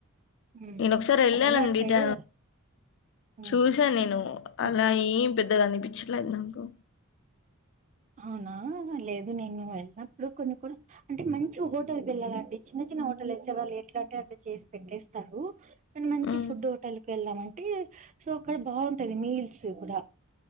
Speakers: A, on the right; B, on the left.
A: హ్మ్.
B: నేను ఒక్ సార్ ఎళ్ళాలండి
A: తమిళనాడు సైడు
B: ఇట
A: హ్మ్.
B: చూసాను నేను
A: ఓకే.
B: అలా ఏమ్ పెద్ దగా అన్ పిచ్ ట్లే దాంకు
A: ఔనా లేదు నేను ఎళ్ నప్పుడు కొన్ని కొస్ అంటే మంచి హోడ్ త్ టూర్ పిళ్లాలండి చిన్న చిన్న హోటల్ తెర్ సే వాళ్ళు ఎట్లాంటే అట్ల చేసి పెట్టేస్తారు కన్ మంచి
B: మ్
A: ఫుడ్ హోటల్ కి ఎళ్ళాలంటే సో అక్కడ బాఉంటది మీల్స్ కుద